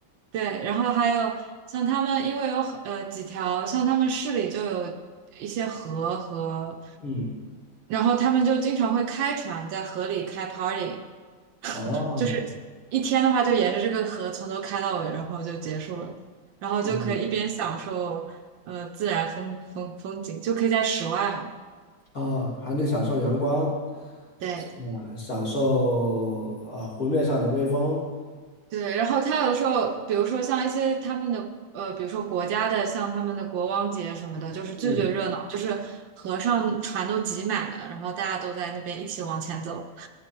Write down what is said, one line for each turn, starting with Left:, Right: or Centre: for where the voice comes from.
Right: 对，然后还有像他们，因为有很呃几条，像他们市里就有一些河和，
Left: 嗯，
Right: 然后他们就经常会开船在河里开 party，
Left: 哦，
Right: 就是一天的话就沿着这个河从头开到尾，然后就结束了，然后就可以一边享受呃自然风风风景，
Left: 嗯，
Right: 就可以在室外嘛。
Left: 哦，还能享受阳光，
Right: 对，
Left: 是呃，享受呃湖面上的微风。
Right: 对，然后他有时候，比如说像一些他们的呃，比如说国家的，像他们的国王节什么的，就是最最热闹，
Left: 嗯，
Right: 就是河上船都挤满了，然后大家都在那边一起往前走。